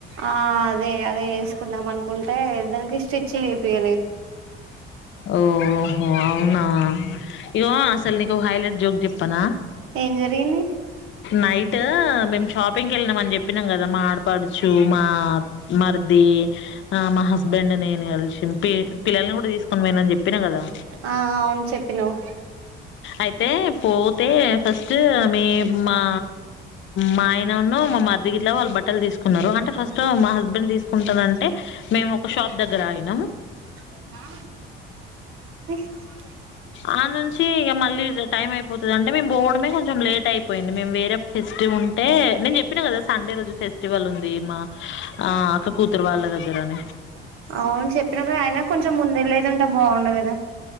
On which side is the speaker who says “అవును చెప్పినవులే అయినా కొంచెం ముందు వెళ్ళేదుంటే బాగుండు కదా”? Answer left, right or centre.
Right